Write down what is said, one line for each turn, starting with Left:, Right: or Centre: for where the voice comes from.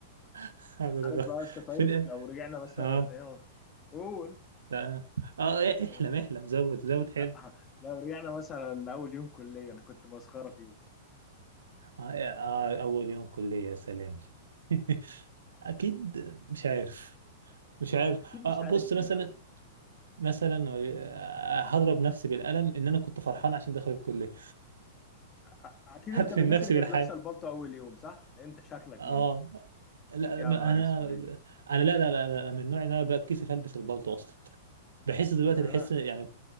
Right: <laughs> هتتغ-
Left: عارف بقى يا اسطى طيب
Right: في الآ-
Left: لو رجعنا مثلا
Right: اه
Left: ايه قول
Right: لا اه إيه-
Left: ماشي
Right: احلم احلم زود زود
Left: <laughs>
Right: حلم
Left: أه، لو رجعنا مثلا اول يوم كليه انا كنت مسخره فيه
Right: آه, إيه، آه اول يوم كلية يا سلام <laughs> اكيد مش عارف مش عارف
Left: اكيد
Right: آه
Left: مش عارف
Right: بص
Left: ايه
Right: مثلا
Left: بس
Right: مثلا آه، هضرب نفسي بالقلم ان انا كنت فرحان عشان دخل الكلية
Left: أ- أ- اكيد
Right: <laughs> هدفن
Left: انت من الناس
Right: نفسي
Left: اللي كانت
Right: بالحياة
Left: لابسه البلطو اول يوم صح انت شكلك
Right: اه
Left: منهم
Right: لا
Left: يا
Right: ما
Left: نهار
Right: انا
Left: اسود
Right: انا لا لا لا, لا لا، من النوع اللي انا بتكسف البس البلطو اصلا بحس دلوقتي
Left: انا
Right: تحس
Left: انا
Right: يعني